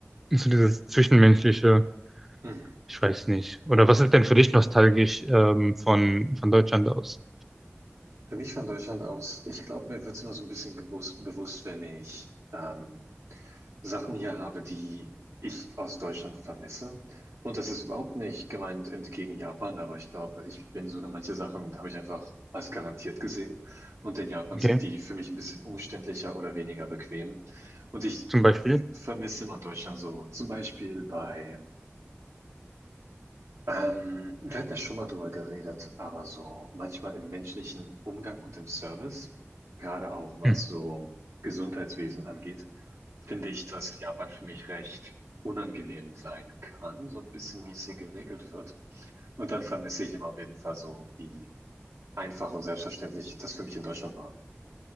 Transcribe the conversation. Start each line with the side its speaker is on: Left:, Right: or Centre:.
Centre: so dieses Zwischenmenschliche.
Right: mm.
Centre: Ich weiß nicht. Oder was ist denn für dich nostalgisch ähm, von, von Deutschland aus?
Right: Für mich von Deutschland aus, ich glaube, mir wird es immer so ein bisschen gewusst, bewusst, wenn ich ähm, Sachen hier habe, die ich aus Deutschland vermisse. Und das ist überhaupt nicht gemeint entgegen Japan, aber ich glaube, ich bin sogar manche Sachen habe ich einfach als garantiert gesehen. Und in Japan
Centre: Okay,
Right: sind die für mich ein bisschen umständlicher oder weniger bequem. Und ich
Centre: zum Beispiel.
Right: vermisse immer Deutschland so. Zum Beispiel bei ähm, wir hatten ja schon mal drüber geredet, aber so manchmal im menschlichen Umgang und im Service, gerade auch was
Centre: Hm.
Right: so Gesundheitswesen angeht, finde ich, dass Japan für mich recht unangenehm sein kann, so ein bisschen, wie es hier geregelt wird. Und dann vermisse ich immer auf jeden Fall so, wie einfach und selbstverständlich das für mich in Deutschland war.